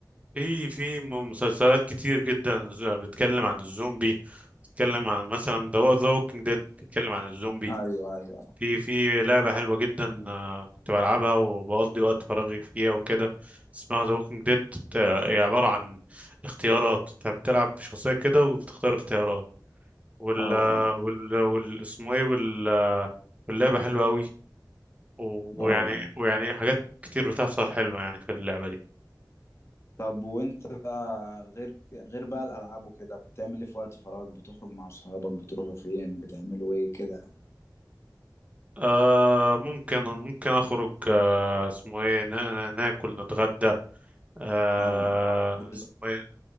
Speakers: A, on the right (about 20°); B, on the left (about 40°).
A: في في م- مسلسلات كتير جدا ز- بتتكلم عن الزومبي بتتكلم عن مثلا ذا ووكينج ديد بتتكلم عن الزومبي
B: ايوه ايوه
A: في في لعبة حلوة جدا آه، كنت بلعبها وبقضي وقت فراغي فيها وكده اسمها ذا ووكينج ديد هي عبارة عن اختيارات انت بتلعب بشخصية كده وبتختار اختيارات وال
B: اه اه
A: وال وال اسمه ايه وال واللعبة حلوة قوي ويعني
B: اه اه
A: ويعني حاجات كتير بتحصل حلوة يعني في اللعبة دي
B: طب وانت غير ك- غير بقى الالعاب وكده بتعمل ايه في وقت فراغك بتخرج مع اصحابك بتروحوا فين بتعملوا ايه كده
A: آه ممكن ممكن اخرج اسمه ايه نا- ناكل نتغدى آه
B: اه بتتغدوا
A: اسمه ايه